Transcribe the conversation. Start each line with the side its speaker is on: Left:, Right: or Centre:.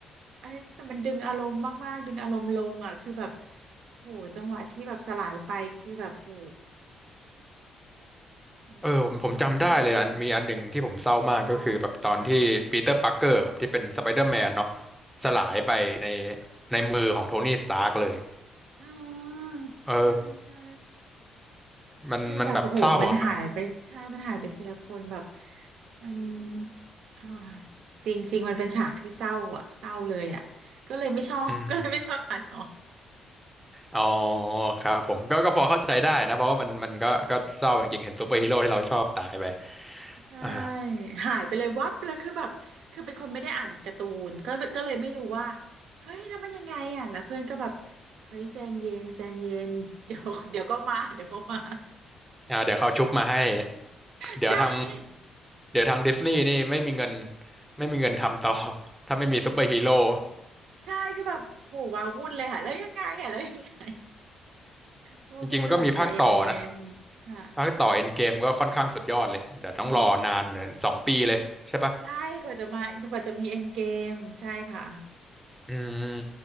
Right: ไอ้แต่มันดึงอารมณ์มากๆดึงอารมณ์ลงอ่ะคือแบบโหจังหวะที่แบบสลายไปคือแบบโหเอ้ยน่าเศร้า
Centre: เออผมผมจำได้เลยอันมีอันหนึ่งที่ผมเศร้ามากก็คือแบบตอนที่ปีเตอร์ปาร์เกอร์ครับที่เป็นสไปเดอร์แมนเนาะ
Right: เศร้าค่ะ
Centre: สลายไปใน
Right: ค่ะ
Centre: ในมือของโทนี่สตาร์กเลย
Right: อ๋อ
Centre: เออ
Right: ใช่ใช่
Centre: มันมันแบบเศร้าอะครับ
Right: คือแบบโอ้โหมันหายไปใช่มันหายไปทีละคนแบบมันอ่าจริงจริงมันเป็นฉากที่เศร้าอ่ะเศร้าเลยอ่ะก็เลยไม่ชอบ
Centre: อืม
Right: <laughs> ก็เลยไม่ชอบทานออก
Centre: อ๋อครับผมก็ก็พอเข้าใจได้นะเพราะว่ามันมันก็ก็เศร้าจริงๆเห็นซูเปอร์ฮีโร่ที่เราชอบตายไป
Right: ค่ะ ใช่
Centre: อ่า
Right: หายไปเลยวับแล้วคือแบบคือเป็นคนไม่ได้อ่านการ์ตูนก็ก็เลยไม่รู้ว่าเฮ้ยแล้วมันยังไงอ่ะแล้วเพื่อนก็แบบเฮ้ยใจเย็นใจเย็นเดี๋ยวเดี๋ยวก็มาเดี๋ยวก็มา
Centre: อ่าเดี๋ยวเขาชุบมาให้เดี๋ยวทาง
Right: ใช่
Centre: เดี๋ยวทางดิสนีย์นี่ไม่มีเงินไม่มีเงินทำต่อ <laughs> ถ้าไม่มีซูเปอร์ฮีโร่
Right: ใช่คือแบบโหว้าวุ่นเลยค่ะแล้วยังไงอ่ะแล้วยังไงโอ้เพื่อนก็แบบใจเย็นๆค่ะค่ะ
Centre: จริงๆมันก็มีภาคต่อนะภาคต่อเอ็นเกมก็ค่อนข้างสุดยอดเลยเดี๋ยวต้องรอนานเลยสองปีเลยใช่ปะ
Right: อืมใช่กว่าจะมากว่าจะมีเอ็นเกมใช่ค่ะ
Centre: อืม